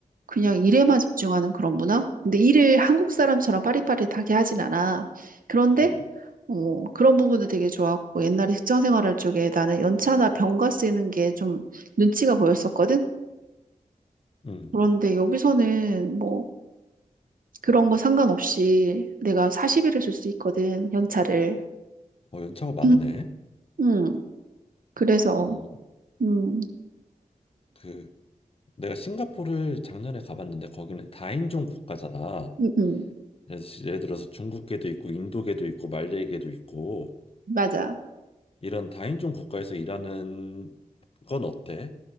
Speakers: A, on the right; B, on the left.
A: 그냥 일에만 집중하는 그런 문화? 근데 일을 한국 사람처럼 빠릿빠릿하게 하진 않아. 그런데,
B: 음,
A: 어, 그런 부분도 되게 좋았고, 옛날에 직장 생활할 적에 나는 연차나 병가 쓰는 게 좀 눈치가 보였었거든?
B: 음.
A: 그런데 여기서는 뭐 그런 거 상관없이 내가 40일을 쓸 수 있거든, 연차를.
B: 어, 연차가 많네.
A: 음, 음. 그래서,
B: 어,
A: 음,
B: 그 내가 싱가포르를 작년에 가봤는데 거기는 다인종 국가잖아.
A: 음, 음.
B: 그래서 예를 들어서 중국계도 있고 인도계도 있고 말레이계도 있고
A: 맞아.
B: 이런 다인종 국가에서 일하는 건 어때?